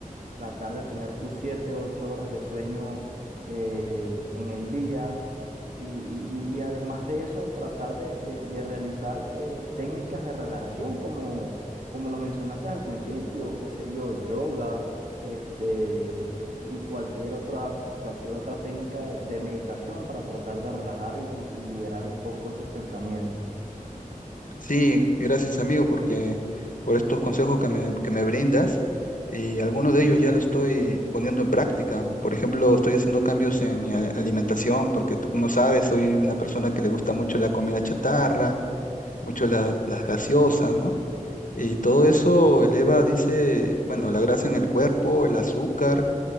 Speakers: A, on the right (about 70°); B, on the left (about 65°).
A: tratar de tener tus 7 8 horas de sueño eh, en el día. Y, y- y además de eso, tratar de, de- de realizar eh, técnicas de relajación, como, como lo mencionaste al principio, qué sé yo, yoga, este, y cualquier otra, cualquier otra técnica de, de meditación para tratar de relajar y, y liberar un poco esos pensamientos.
B: Sí, gracias amigo, porque por estos consejos que me, que me brindas y algunos de ellos ya los estoy poniendo en práctica. Por ejemplo, estoy haciendo cambios en mi a- alimentación, porque tú como sabes, soy una persona que le gusta mucho la comida chatarra mucho las, las gaseosas, ¿no? Y todo eso eleva, dice, bueno, la grasa en el cuerpo, el azúcar,